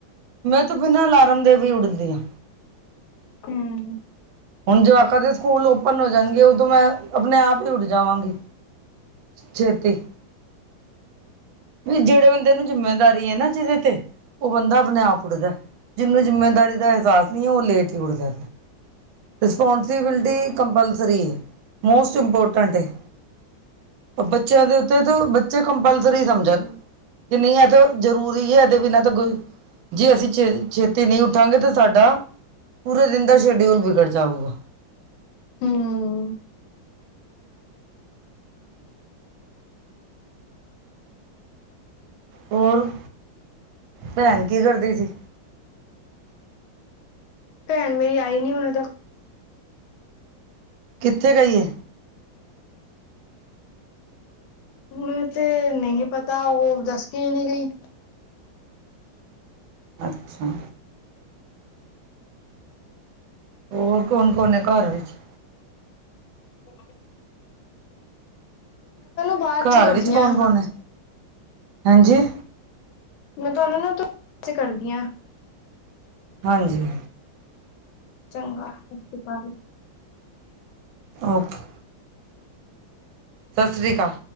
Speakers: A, on the right; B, on the left.
A: ਮੈਂ ਤਾਂ ਬਿਨਾਂ ਅਲਾਰਮ ਦੇ ਵੀ ਉੱਠਦੀ ਹਾਂ।
B: ਹਮ।
A: ਹੁਣ ਜਵਾਕਾ ਦੇ ਸਕੂਲ ਓਪਨ ਹੋ ਜਾਣਗੇ। ਉਦੋਂ ਮੈਂ ਆਪਣੇ ਆਪ ਹੀ ਉੱਠ ਜਾਵਾਂਗੀ। ਛੇਤੀ। ਵੀ ਜਿਹੜੇ ਬੰਦੇ ਨੂੰ ਜਿੰਮੇਦਾਰੀ ਹੈ ਨਾ ਜਿਹਦੇ ਤੇ। ਉਹ ਬੰਦਾ ਆਪਣੇ ਆਪ ਉੱਠਦਾ ਜਿਹਨੂੰ ਜਿੰਮੇਦਾਰੀ ਦਾ ਅਹਿਸਾਸ ਨਹੀਂ ਹੈ ਉਹ ਲੇਟ ਹੀ ਉੱਠਦਾ। ਰਿਸਪੋਂਸੀਬਿਲਟੀ ਕੰਪਲਸਰੀ ਹੈ ਮੋਸਟ ਇੰਪੋਰਟੈਂਟ ਹੈ। ਬੱਚਿਆਂ ਦੇ ਉੱਤੇ ਤਾਂ ਬੱਚੇ ਕੰਪਲਸਰੀ ਸਮਝ। ਜੇ ਨਹੀਂ ਹੈ ਇਹ ਤਾਂ ਜ਼ਰੂਰੀ ਹੈ ਇਹਦੇ ਬਿਨਾਂ ਤਾ। ਜੇ ਅਸੀਂ ਛੇ ਛੇਤੀ ਨਹੀਂ ਉੱਠਾਂਗੇ ਤਾਂ ਸਾਡਾ। ਪੂਰੇ ਦਿਨ ਦਾ ਸ਼ੇਡਿਊਲ ਬਿਗੜ ਜਾਊਗਾ।
B: ਹੂੰ
A: ਹੋਰ ਭੈਣ ਕੀ ਕਰਦੀ ਸੀ?
B: ਭੈਣ ਮੇਰੀ ਆਈ ਨੀ ਹੁਣ ਤੇ।
A: ਕਿੱਥੇ ਗਈ ਹੈ?
B: ਮੈਂ ਤੇ ਨਹੀਂ ਪਤਾ ਉਹ ਦੱਸ ਕੇ ਹੀ ਨਹੀਂ ਗਈ।
A: ਅੱਛਾ। ਹੋਰ ਕੋਣ ਕੋਣ ਹੈ ਘਰ ਵਿੱਚ?
B: ਹ। ਬਾਅਦ
A: ਘਰ
B: ਚ ਕਰਦੀ
A: ਵਿੱਚ ਕੌਣ
B: ਆ
A: ਕੌਣ ਹੈ ਹਾਂਜੀ?
B: ਮੈਂ ਤੁਹਾਨੂੰ ਨਾ ਦੋ ਮਿੰਟ ਵਿੱਚ ਕਰਦੀ ਹਾਂ।
A: ਹਾਂਜੀ।
B: ਚੰਗਾ ਸਤਿ ਸ੍ਰੀ ਅਕਾਲ ਜੀ।
A: ਔਕੇ। ਸਤਿ ਸ਼੍ਰੀ ਅਕਾਲ।